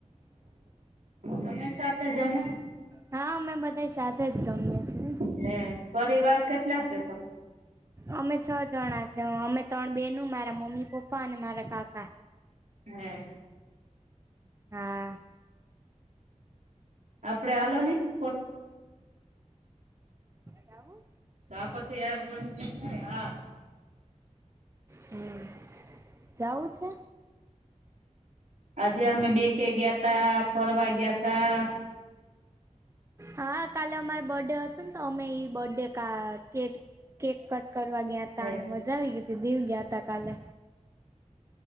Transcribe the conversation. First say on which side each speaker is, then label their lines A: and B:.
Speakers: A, on the right (about 70°); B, on the right (about 20°).
A: તમે સાથે જમો?
B: હા અમે બધા સાથે જ જમએ છીએ.
A: હે પરિવાર કેટલા સે તમે
B: અમે છ જણા છે અમે ત્રણ બેનુ મારા મમ્મી પપ્પા અને મારા કાકા
A: હમ
B: હા
A: આપડે હલો ને ફોટ
B: જાવું
A: તો આ પછી <unintelligible>
B: હમ જવું છે?
A: આજે અમે બેકે ગયા તા ફરવા ગયા તા
B: હા કાલે અમાર બર્થડે હતું ને તો અમે ઈ બર્થડે કા કેટ કેક કટ કરવા ગયા હતા
A: હે
B: અને મા જા આવીગી હતી દિવ ગયા તા કાલે